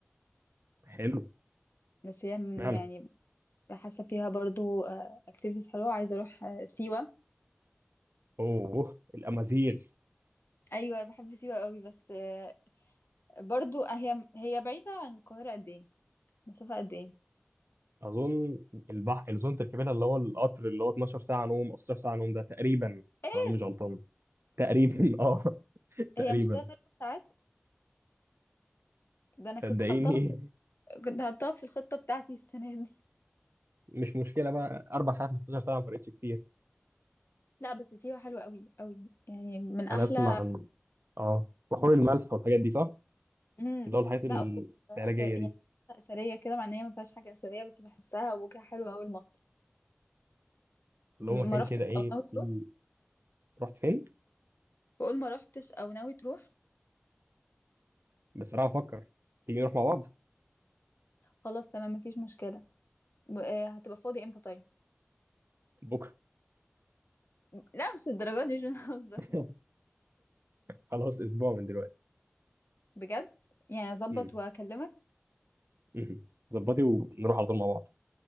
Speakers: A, on the right; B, on the left.
A: حلو
B: بس هي م-
A: معنى
B: يعني حاسه فيها برضو اكتيفيتيز حلوه عايزه اروح آه، سيوه
A: اوه الامازيغ
B: ايوه بحب سيوه قوي بس آه، برضو آه، هي هي بعيده عن القاهره قد ايه مسافه قد ايه
A: اظن البحر الاظن تركبينها اللي هو القطر اللي هو 12 ساعه نوم او 16 ساعه نوم ده تقريبا
B: ايه
A: لو انا مش غلطان تقريبا <laughs> اه تقريبا
B: هي مش تلات اربع ساعات ده انا
A: صدقيني
B: كنت حطاها في كنت حطاها في الخطه بتاعتي السنه دي
A: مش مشكله بقى اربع ساعات من 12 ساعه ما فرقتش كتير
B: لا بس سيوه حلوه قوي قوي يعني من احلى
A: انا اسمع عن اه بحور الملح والحاجات دي صح؟
B: امم
A: اللي هو الحاجات
B: لا أس...
A: العلاجيه
B: يعني
A: دي
B: اثريه كده مع ان هي ما فيهاش حاجه اثريه بس بحسها وجهه حلوه قوي لمصر
A: اللي هو مكان
B: ما رحتش
A: كده ايه
B: او ناوي تروح
A: في رحت فين؟
B: بقول ما رحتش او ناوي تروح
A: بس انا هفكر تيجي نروح مع بعض
B: خلاص تمام مفيش مشكله ب- آه، هتبقى فاضي امتى طيب
A: بكره
B: لا مش للدرجه دي مش بنهزر
A: <laughs>
B: <laughs>
A: خلاص اسبوع من دلوقتي
B: بجد يعني اظبط
A: مم.
B: واكلمك
A: مم. ظبطي ونروح على طول مع بعض